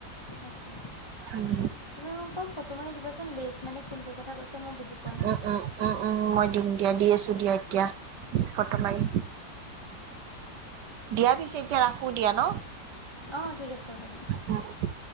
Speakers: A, on the left (about 20°); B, on the right (about 80°).
A: আচ্ছা, আচ্ছা
B: উম
A: তুমি মোক বাৰু ফটো মাৰি দিবাচোন লেজ মানে কোনটো কথা কৈছা মই বুজি পোৱা নাই
B: উম, উম, উম, উম মই দিম দিয়া দি আছোঁ দিয়া এতিয়া। ফটো মাৰি দিয়া পিছে এতিয়া ৰাখো দিয়া ন।
A: অ', ঠিক আছে হ'ব দে।
B: উম।